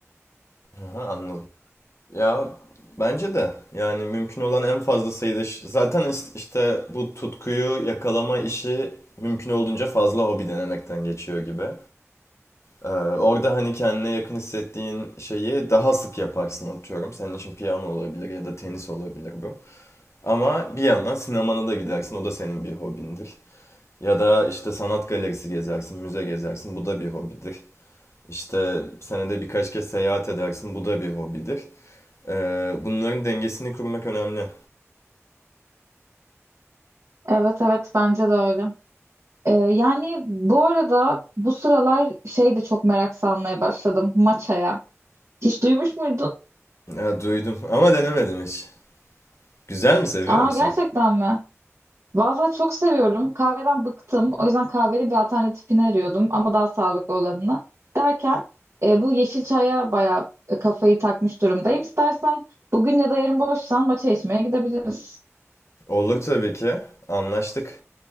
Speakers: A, on the left; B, on the right.
A: Aha, anladım. Ya bence de yani mümkün olan en fazla sayıda iş- zaten is- işte bu tutkuyu yakalama işi mümkün olduğunca fazla hobi denemekten geçiyor gibi. Ee, orada hani kendine yakın hissettiğin şeyi daha sık yaparsın atıyorum. Senin için piyano olabilir ya da tenis olabilir bu. Ama bir yandan sinemana da gidersin. O da senin bir hobindir. Ya da işte sanat galerisi gezersin, müze gezersin. Bu da bir hobidir. İşte senede birkaç kez seyahat edersin. Bu da bir hobidir. Ee, bunların dengesini kurmak önemli.
B: Evet evet bence de öyle. Ee, yani bu arada bu sıralar şey de çok merak salmaya başladım maçaya. Hiç duymuş muydun?
A: Ha, duydum ama denemedim hiç. Güzel mi seviyor
B: Aa
A: musun?
B: gerçekten mi? Valla çok seviyorum. Kahveden bıktım. O yüzden kahveli bir alternatifini arıyordum ama daha sağlıklı olanını. Derken e, bu yeşil çaya bayağı e, kafayı takmış durumdayım. İstersen bugün ya da yarın boşsan maça içmeye gidebiliriz.
A: Olur tabii ki. Anlaştık.